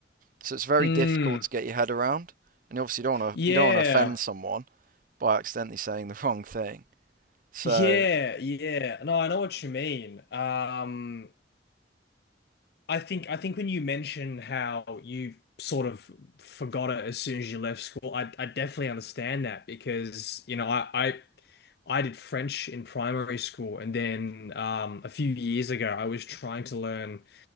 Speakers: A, on the right; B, on the left.
A: so it's very
B: Mm,
A: difficult to get your head around and obviously you don't want
B: yeah.
A: to you don't want to offend someone by accidentally saying the wrong thing. So,
B: Yeah, yeah. No, I know what you mean. Um, I think I think when you mention how you sort of forgot it as soon as you left school, I I definitely understand that because, you know, I I, I did French in primary school and then um a few years ago I was trying to learn